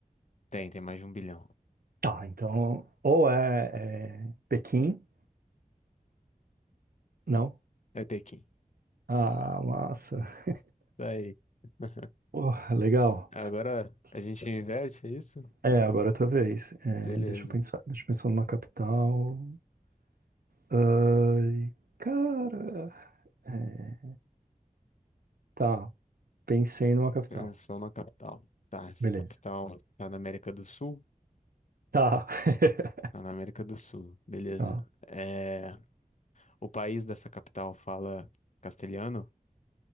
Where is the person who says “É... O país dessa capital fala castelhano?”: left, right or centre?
Left